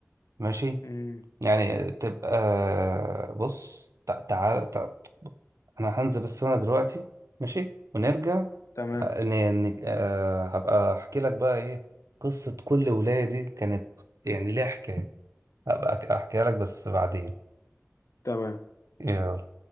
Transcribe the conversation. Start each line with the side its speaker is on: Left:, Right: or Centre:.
Right: ماشي
Left: امم
Right: يعني تبقى بص تع- تعال تع- انا هنزل بس انا دلوقتي ماشي ونرجع
Left: تمام
Right: آه، ن- ن- آه، هبقى احكي لك بقى ايه قصة كل ولاية دي كانت يعني ليها حكاية هبقى أك- احكيها لك بس بعدين
Left: تمام
Right: يلا